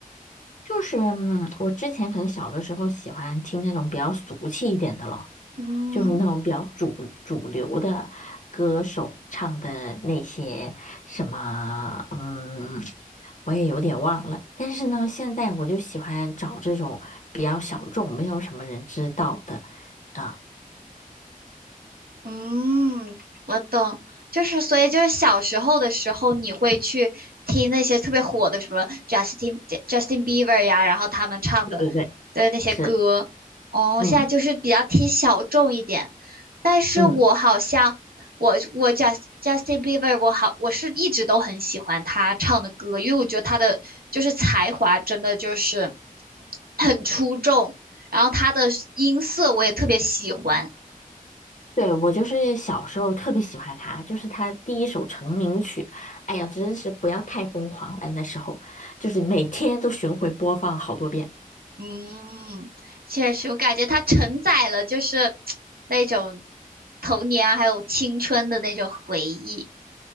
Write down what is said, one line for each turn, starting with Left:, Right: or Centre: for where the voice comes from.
Left: 就是嗯，我之前可能小的时候喜欢听那种比较俗气一点的咯。
Right: 嗯。
Left: 就是那种比较主主流的歌手唱的那些什么，嗯，我也有点忘了。但是呢，现在我就喜欢找这种比较小众、没有什么人知道的啊。
Right: 嗯，我懂，就是所以就是小时候的时候，你会去听那些特别火的什么 Justin Justin Bieber 呀，然后他们唱的的那些歌。
Left: 对对对，是，
Right: 哦，
Left: 嗯
Right: 现在就是比较听小众一点，但是我好像我我
Left: 嗯，
Right: Just Justin Bieber 我好我是一直都很喜欢他唱的歌，因为我觉得他的就是才华真的就是很出众，然后他的音色我也特别喜欢。
Left: 对，我就是小时候特别喜欢他，就是他第一首成名曲，哎呀，真是不要太疯狂了，那时候就是每天都巡回播放好多遍。
Right: 嗯，确实，我感觉它承载了就是那种童年啊，还有青春的那种回忆。